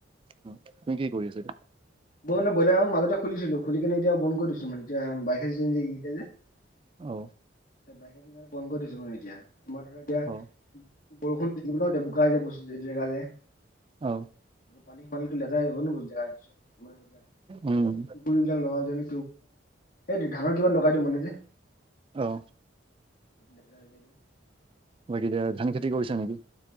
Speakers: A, on the right; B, on the left.
A: অ, তুমি কি কৰি আছা এতিয়া?
B: মই মানে বইলাৰ মাজতে খুলিছিলো খুলি কেনে এতিয়া বন্ধ কৰি দিছোঁ মানে এতিয়া <unintelligible>
A: অ,
B: <unintelligible> বন্ধ কৰি <unintelligible> এতিয়া তোমাৰ ধৰা এতিয়া
A: অ
B: বৰষুণ থাকিব ন এতিয়া বোকা যে বস্ত জেগা যে আকৌ
A: অ
B: পানী সমালিো লেতেৰা যাব ন বু জেগাৰ পিছত ম এইবিলাক
A: উম
B: যিলাক পুকুৰৰি বিিলাক লগাও যাবি এই ধানৰ কিমান লগাই দি মানে যে
A: আহ,
B: <unintelligible>
A: বাকী এতিয়া ধান খেতি কৰিছা নেকি?